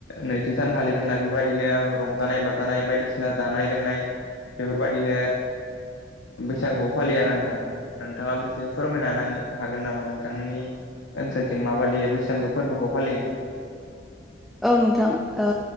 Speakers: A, on the left; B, in the centre.
A: नैथि सानखालि जोंना बेफोरबायदिनो रंजानाय बाजानाय बायदिसिना जानाय लोंनाय बेफोरबायदिनो बैसागुखौ फालियो आरो नोंथां नोंथाङाबो एसे फोरमायनो हागोन नामा नोंथांनि ओनसोलथिं माबादि बैसागो फोरबोखौ फालियो?
B: औ नोंथां ओ